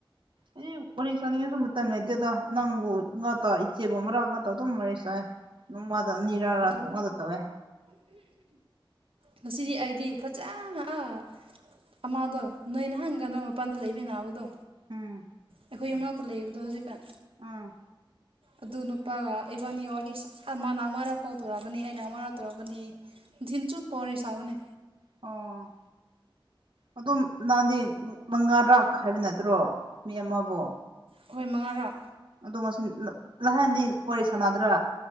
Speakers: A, on the right (about 65°); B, on the right (about 85°).
A: ꯑꯩ ꯋꯥꯔꯤ ꯁꯥꯅꯤꯡꯉꯥꯁꯨ ꯃꯇꯝ ꯂꯩꯇꯦꯗ ꯅꯪꯕꯨ ꯉꯥꯇ ꯏꯆꯦꯕꯨ ꯃꯔꯥꯛ ꯉꯥꯇ ꯑꯗꯨꯝ ꯋꯥꯔꯤ ꯁꯥꯏ ꯅꯣꯡꯃꯗ ꯑꯅꯤꯔꯛꯔ
B: ꯑꯣ ꯑꯗꯨ
A: ꯀꯩꯅ‌ꯣꯗ ꯇꯧꯋ‌ꯦ
B: ꯉꯁꯤꯗꯤ ꯑꯩꯗꯤ ꯐꯖꯅ ꯑꯥ ꯑꯃꯥꯗꯣ ꯅꯣꯏ ꯅꯍꯥꯟ ꯀꯩꯅꯣ ꯃꯄꯥꯟꯗ ꯂꯩꯃꯤꯟꯅꯕꯗꯣ
A: ꯎꯝ
B: ꯑꯩꯈꯣꯏ ꯌꯨꯝ ꯃꯅꯥꯛꯇ ꯂꯩꯕꯗꯣ ꯍꯧꯖꯤꯛꯀꯥꯟ
A: ꯑ
B: ꯑꯗꯨ ꯅꯨꯄꯥꯒ ꯏꯕꯥꯅꯤ ꯋꯥꯔꯤ ꯁꯥ ꯃꯥꯅ ꯑꯃꯔꯛ ꯀꯣꯜ ꯇꯧꯔꯛꯀꯅꯤ ꯑꯩꯅ ꯑꯃꯥꯔꯛ ꯇꯧꯔꯛꯀꯅꯤ ꯅꯨꯡꯊꯤꯟ ꯆꯨꯞꯄ ꯋꯥꯔꯤ ꯁꯥꯕꯅꯦ
A: ꯑꯣ ꯑꯗꯨꯝ ꯅꯍꯥꯟꯗꯤ ꯃꯉꯥꯔꯛ ꯍꯥꯏꯕ ꯅꯠꯇ꯭ꯔꯣ ꯃꯤ ꯑꯃꯕꯨ
B: ꯍꯣꯏ ꯃꯉꯥꯔꯥꯛ
A: ꯑꯗꯣ ꯉꯁꯤꯟ ꯅ ꯅꯍꯥꯟꯗꯤ ꯋꯥꯔꯤ ꯁꯥꯟꯅꯗ꯭ꯔꯥ